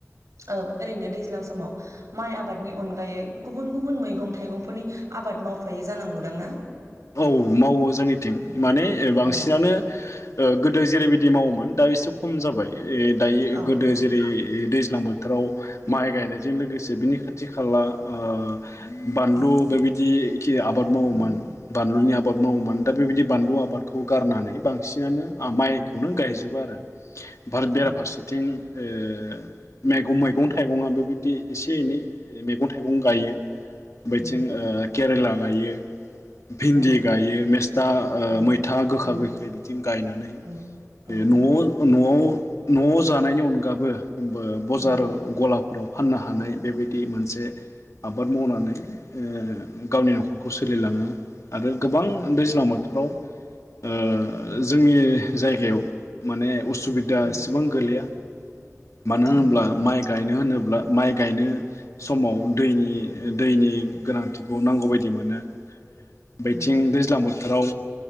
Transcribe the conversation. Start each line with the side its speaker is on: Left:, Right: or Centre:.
Right: ओ ओरैनो दैज्लां समाव माइ आब आबादनि अनगायै गुबुन गुबुन मैगं थाइगंफोरनि आबाद मावफायै जानांगौदां ना
Left: औ मावो जोंनि थिं माने बांसिनानो
Right: ओ
Left: ओ गोदो जेरैबायदि मावोमोन दा एसे खम जाबाय दायो
Right: औ
Left: गोदो
Right: औ
Left: जेरै दै ज्लां बोथोराव माइ गायनायजों लोगोसे बिनि खाथि खाला ओ बानलु
Right: औ
Left: बेबायदि खि आबाद मावोमोन
Right: औ
Left: बानलुनि आबाद मावोमोन दा बेबायदि बानलु आबादखौ गारनानै बांसिनानो माइखौनो गायजोबो आरो आरो बेराफारसेथिं
Right: औ
Left: ओ मैगं मैगं थाइगंआबो बेबायदि एसे एनै मैगं थाइगं गायो। बैथिं
Right: उम
Left: ओ केरेला गायो भिन्दि
Right: औ
Left: गायो मेस्था
Right: औ
Left: मैथा गोखा
Right: औ
Left: गोखै बिदि गायनानै
Right: औ औ
Left: न'आव न'आव न'आव जानायनि अनगाबो बजार
Right: ओ
Left: गलाफ्राव फाननो हानाय बेबाय मोनसे आ बाद मावनानै ओ गावनि नखरखौ सो सोलिलाङो आरो गोबां दैज्लां बोथोराव ओ
Right: उम
Left: जोंनि जायगायाव माने अस सुबिदा
Right: उम
Left: एसेबां गोलैया मानो होनोब्ला
Right: औ
Left: माइ गायनो होनोब्ला माइ गायनो समाव दैनि दैनि गोनांथिखौ नांगौबायायदि मोनो बैथिं
Right: उम
Left: दैज्लांबो फोथाराव